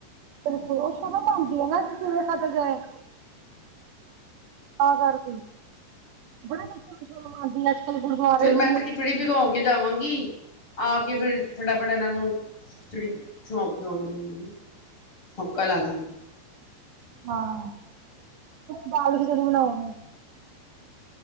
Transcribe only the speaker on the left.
ਫੇਰ ਮੈਂ
ਤਾਂ ਖਿਚੜੀ ਭਿਗੋ ਕੇ ਜਾਵਾਂਗੀ ਆ ਕੇ ਫਿਰ ਫਟਾਫਟ ਇਹਨਾਂ ਨੂੰ ਜਿਹੜੀ ਛੌਪ ਦਵਾਂਗੀ। ਸੁੱਕਾ ਲਾ ਦਿੰਦੀ।